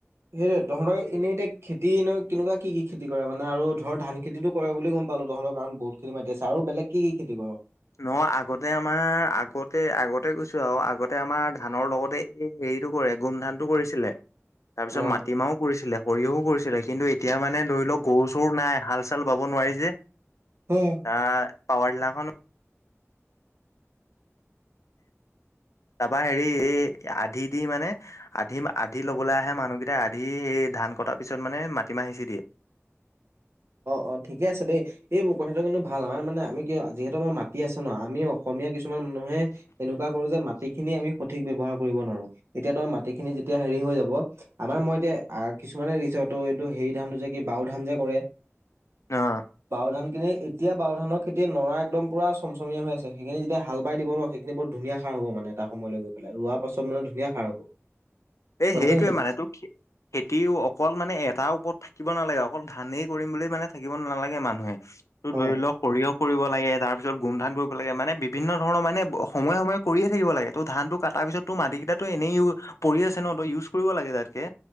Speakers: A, on the right (about 55°); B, on the left (about 75°).
A: সেই তহঁতৰ এনেই এতিয়াক খেতি নো কেনেকোৱা কি কি খেতি কৰে মানে আৰু ধৰ ধান খেতিটো কৰে বুলি গম পালো তহঁৰ কাৰণ বহুত খিনি মাটি আছে আৰু বেলেগ কি কি খেতি কৰ?
B: নয় আগতে আমাৰ, আগতে আগতে গৈছো আৰু আগতে আমাৰ ধানৰ লগতে এই হে হেৰিটো কৰে গোমধান টো কৰিছিলে, তাৰপিছত
A: অ
B: মাটিমাহও কৰিছিলে। সৰিয়হো কৰিছিলে কিন্তু এতিয়া মানে ধৰি ল' লওক গৰু চৰু নাই হাল চাল বাব নোৱাৰি যে
A: হয়।
B: <unintelligible> তাপা হেৰি এই আধি দি মানে আধিম আধি
A: উম।
B: লবলৈ আহে মানুহকেই তে আধি সেই ধান কটা পিছত মানে মাটিমাহ সিঁচি দিয়ে
A: অঁ ঠিকে আছে দেই এই মোৰ কথাটো কিন্তু ভাল নহয় আমাৰ মানে আমি কিয় যিহেতু আমাৰ মাটি আছে ন আমি অসমীয়া কিছু কিছুমান মানুহে এনেকুৱা কৰো যে মাট মাটিখিনি আমি সঠিক ব্যৱহাৰ কৰিব নোৱাৰো। এতিয়া ত' মাটিখিনি যেতিয়া হেৰি হৈ যাব, আমাৰ মই এতিয়া আগ কিছুমানে ৰিচতো এইটো হেৰি ধানটো যে কি বাওঁধানটো যে কৰে।
B: অ
A: বাওঁধান এ, এতিয়া বাওঁধানৰ খেতি নৰা একদম পুৰা চমচমীয়া হৈ আছে। সেইখিনি যেতিয়া হাল বাই দিব ন সেইখিনি বৰ ধুনীয়া সাৰ হব মানে এটা সময়লৈ গৈ পেলাই, ৰোৱাৰ পাছত মানে ধুনীয়া সাৰ হ'ব।
B: এ
A: কথাটো
B: হেইটোৱে
A: সেইটো
B: মানে তোৰ খে খেতিও অকল মানে এট তাৰ ওপৰত থাকিব নালাগে অকল ধানেই কৰিম বুলি মানে থাকিব নালাগে মানুহে তো ধৰি
A: অ
B: লওক সৰিয়হ কৰিব লাগে তাৰপিছত গোমধান কৰিব লাগে মানে বিভিন্ন ধৰণৰ মানে সময়ে সময়ে কৰিয়ে থাকিব লাগে ত' ধানটো কাটাৰ পিছতো মাটি কেইটাটো এনেই ইউ পৰি আছে ন ত' ইউজ কৰিব লাগে তাতকে